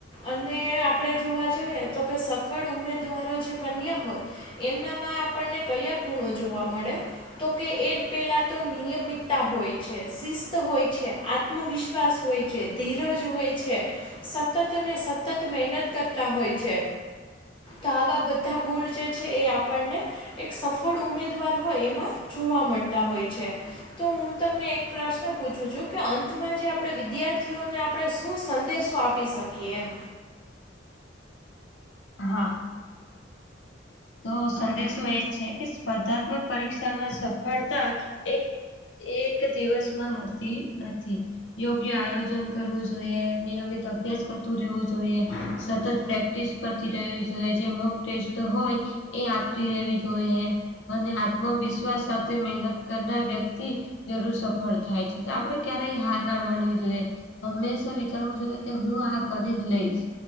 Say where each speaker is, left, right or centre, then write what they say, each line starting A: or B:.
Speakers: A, on the left; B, on the left.
A: અને આપણે જોવા જઈએ તો કે સફળ ઉમેદવારો જે બન્યા હોય એમનામાં આપણને કયા ગુણો જોવા મળે તો કે એ પેલા તો નિયમિતતા હોય છે શિસ્ત હોય છે આત્મવિશ્વાસ વિશ્વાસ હોય છે ધીરજ હોય છે સતતને સતત મહેનત કરતા હોય છે તો આવા બધા ગુણ જે છે એ આપણને એક સફળ ઉમેદવાર હોય એમાં જોવા મળતા હોય છે તો હું તમને એક પ્રશ્ન પૂછું છું કે અંતમાં જે આપણે વિદ્યાર્થીઓને આપણે શું સંદેશો આપી શકીએ એમ
B: હા તો સંદેશો એ છે કે સ્પર્ધાત્મક પરીક્ષામાં સફળતા એક એક દિવસમાં મળતી નથી યોગ્ય આયોજન કરવું જોઈએ નિયમિત અભ્યાસ કરતું રહેવું જોઈએ સતત પ્રક ટેસ્ટ કરતી રવી છે જે મોગ ટેસ્ટ હોય એ આપતી રહેેવી જોઈએ અને આત્મવિશ્વાસ સાથે મહેનત કરનાર વ્યક્તિ જરૂર સફળ થાય છે તો આપડે ક્યારેય હાર ના માનવી જોઈએ હંમેશા વિચારવું જોઈએ કે હું આ કરી જ લઈશ